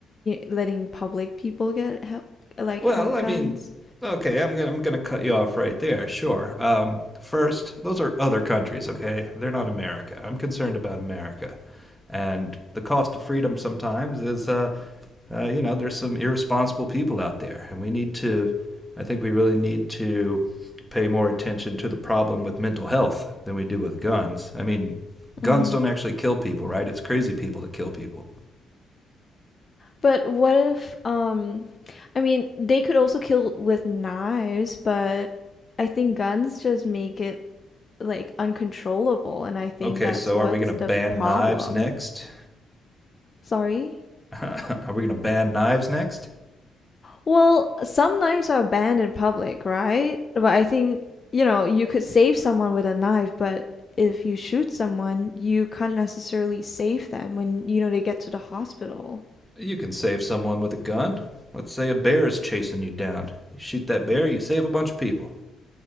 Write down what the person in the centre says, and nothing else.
Well,
I
mean, okay, I'm gonna I'm gonna cut you off right there. Sure. Um, first, those are other countries. Okay, they're not America. I'm concerned about America, and the cost of freedom sometimes is, uh, uh, you know, there's some irresponsible people out there, and we need to. I think we really need to pay more attention to the problem with mental health than we do with guns. I mean,
guns don't actually kill people, right? It's crazy people that kill people.
Okay,
so
are we going to
ban
knives next?
<laughs> are we going to ban knives next?
You can save someone with a gun. Let's say a bear is chasing you down. You shoot that bear, you save a bunch of people.